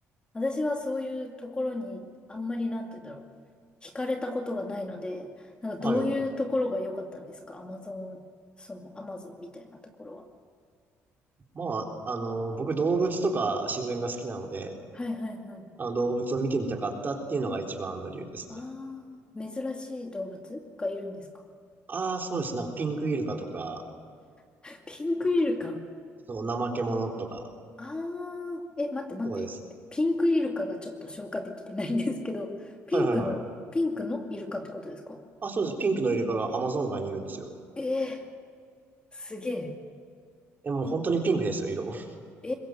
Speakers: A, on the left; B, on the right.
A: 私はそういうところにあんまりなんて言うんだろう。惹かれたことがないので、なんかどういうところが良かったんですかアマゾン、
B: はい。
A: そのアマゾンみたいなところは。
B: まあ、あの、僕動物とか自然が好きなので、
A: はいはいはい。
B: あの動物を見てみたかったっていうのが一番の理由ですね。
A: ああ、珍しい動物がいるんですか
B: ああ、そうです。なんかピンクイルカとか、
A: <laughs> ピンクイルカ。
B: その怠け者とか、
A: ああ、え、待って待って。
B: そうです。
A: ピンクイルカがちょっと消化できてないんですけど、ピンクの、
B: はいはいはい。
A: ピンクのイルカってことですか
B: あ、そうです。ピンクのイルカがアマゾン川にいるんですよ。
A: ええすげえ。
B: え、もう本当にピンクですよ、
A: あ、
B: 色。<laughs>
A: え